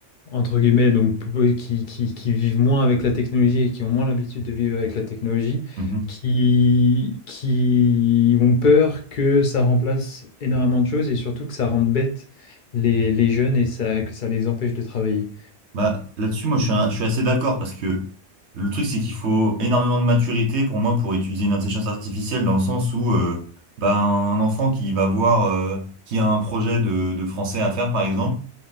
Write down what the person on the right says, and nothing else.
Mhm.
Bah, là-dessus, moi, je suis, un- je suis assez d'accord parce que le truc, c'est qu'il faut énormément de maturité pour moi pour utiliser une intelligence artificielle dans le sens où euh, bah, un enfant qui va voir, euh, qui a un projet de, de français à faire, par exemple,